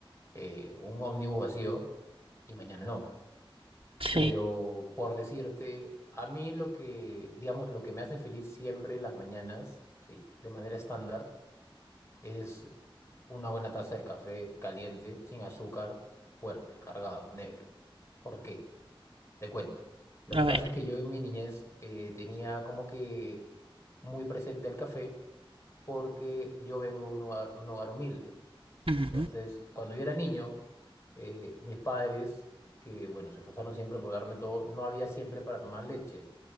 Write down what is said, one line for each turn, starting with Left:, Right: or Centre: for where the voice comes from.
Left: eh, un ómnibus vacío y mañana no.
Right: Sí,
Left: Pero por decirte, a mí lo que, digamos, lo que me hace feliz siempre en las mañanas, sí, de manera estándar, es una buena taza de café caliente, sin azúcar, fuerte, cargado, negro. ¿Por qué? Te cuento. Lo
Right: a
Left: que
Right: ver.
Left: pasa es que yo en mi niñez eh, tenía como que muy presente el café porque yo vengo de un hogar, un hogar humilde.
Right: Ujú,
Left: Entonces, cuando yo era niño, eh, mis padres, que bueno, se esforzaron siempre por darme todo, no había siempre para tomar leche.